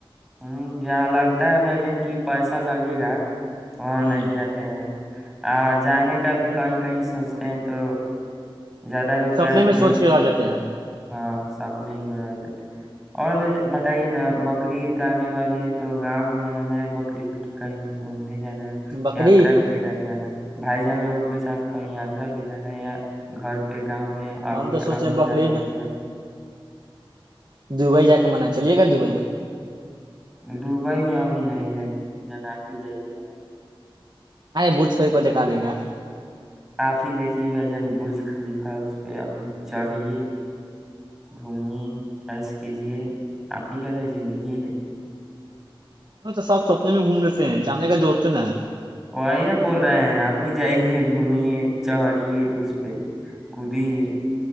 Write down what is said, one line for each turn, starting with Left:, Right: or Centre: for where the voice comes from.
Centre: ہوں جہاں لگتا ہے بھائی جن کی پیسہ لگے گا وہاں نہیں
Right: ہ
Centre: جاتے ہیں آ جانے کا بھی کہیں کہیں سوچتے ہیں تو زیادہ روپیہ
Right: سپنے میں
Centre: دیکھ
Right: سوچ کے آ جاتے ہیں
Centre: ہاں سپنے ہی مرجات اور ب بتائیے نا بقرعید آنے والی ہے تو گاؤں میں منانا ہے بقرعید کہیں گھومنے جانا
Right: بقرعید
Centre: یاترا پہ جیں جانا بھائی جان لوگوں کے ساتھ کہیں یاترا پہ جانا ہے یا گھر پہ گاؤں میں آبو
Right: ہم تو
Centre: جو
Right: سوچے
Centre: ہمیں
Right: بقرعید
Centre: جانب
Right: دبئی جا کے من چلیے گا دبئی میں
Centre: دبئی میں ابھی نہیں جائیں گے جنافی جائیے بن
Right: ااں بوجھ خری پہ دیکھا دیں گے
Centre: آپ ہی دیکھیے بھائی جان برج خلیفہ اس پہ اپ چڑھیے گھمیے پش کیجیے آپی کیا تو زندگی ہے
Right: نہیں تو سب سپنے میں گھوم لیتے ہیں چانے کا جوڑتے نا
Centre: وہی نا بول رہے ہیں آپ ہی جائیے گھمیے چڑھیے اس پہ کودیے